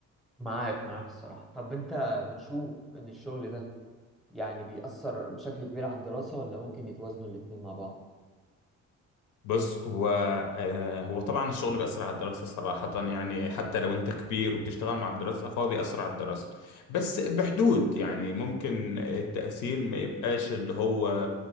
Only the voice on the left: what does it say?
بص هو آه هو طبعا الشغل بيأثر على الدراسة صراحة يعني حتى لو انت كبير وبتشتغل مع الدراسة فهو بيأثر على الدراسة بس بحدود يعني ممكن التأثير ما يبقاش اللي هو